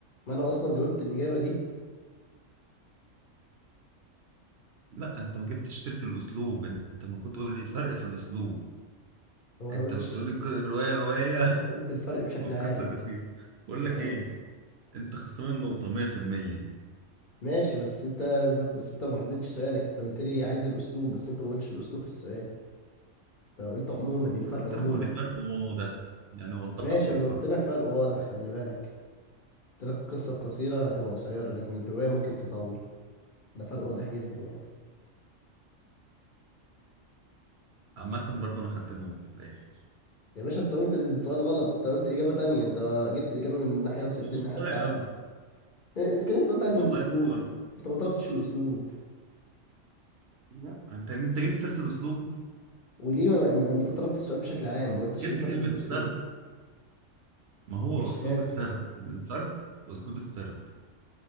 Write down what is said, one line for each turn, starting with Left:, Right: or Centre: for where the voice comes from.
Left: ما انا اصلا جاوبت الإجابة دي
Right: لا انت ما جبتش سيره الاسلوب انت المفروض تقول لي الفرق في الاسلوب
Left: وما
Right: انت
Left: قلتش
Right: بتقول لي ك- الروايه
Left: انت
Right: روايه <laughs>
Left: أنت قلت الفرق بشكل
Right: والقصه
Left: عام
Right: قصيره بقول
Left: ما
Right: لك
Left: طلع
Right: ايه انت خسران النقطه 100%
Left: ماشي بس انت ذات بس انت ما حددتش سؤالك انت قلت لي عايز الاسلوب بس انت ما قلتش الاسلوب في السؤال انت قلت عموما ايه الفرق
Right: انا قلت
Left: عموما
Right: لك قول لي فرق وواضح يعني وضح
Left: ماشي
Right: لي
Left: انا
Right: الفرق
Left: قلت لك فرق واضح خلي بالك قلت لك القصه القصيره هتبقى قصيره لكن الروايه ممكن تطول ده فرق واضح جدا يعني
Right: عامه برضه انا خدت النقطه في الاخر
Left: يا باشا انت قلت السؤال غلط انت قلت اجابه تانية انت جبت الاجابه من ناحيه وسبت
Right: والله
Left: الناحيه بتاعتي
Right: ابدا
Left: اذا كان انت قلت عايز
Right: والله
Left: الاسلوب
Right: السؤال
Left: انت ما طلبتش الاسلوب
Right: لا انت انت جبت سيره الاسلوب
Left: وليه ما ما- انت طلبت السؤال بشكل عام ما قلتش
Right: جبت
Left: ايه الفرق
Right: كلمه
Left: في الاسلوب
Right: السرد ما هو
Left: مش
Right: اسلوب
Left: لازم
Right: السرد الفرق في اسلوب السرد